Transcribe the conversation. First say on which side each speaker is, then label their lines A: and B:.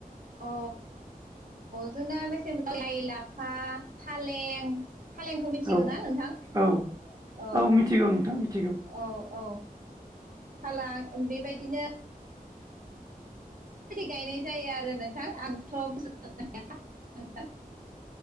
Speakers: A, on the right; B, on the right.
A: अ जोंना मेसें बोथोराव लाय ला फा फालें, फालेंखौ मिथिगौ
B: औ
A: ना नोंथां?
B: औ
A: औ
B: मिथिगौ नोंथां मिथिगौ
A: औ औ फालां बेबायदिनो गायनाय जायो आरो नोंथां आंथ' बुंजोबनो हाया नोंथां।